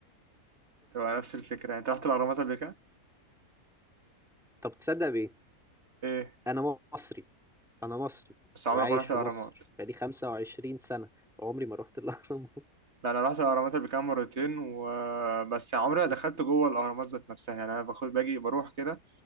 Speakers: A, on the right; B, in the centre.
A: تبقى نفس الفكره يعني انت رحت الاهرامات قبل كده
B: طب تصدق بيه
A: ايه
B: انا مصري انا مصري
A: بس عمرك
B: وعايش
A: ما رحت
B: في
A: الاهرامات
B: مصر بقالي 25 سنة وعمري ما رحت الاهرامات
A: لا انا رحت الاهرامات قبل كده مرتين وبس عمري
B: مم.
A: ما دخلت جوه الاهرامات ذات نفسها يعني انا باخد باجي بروح كده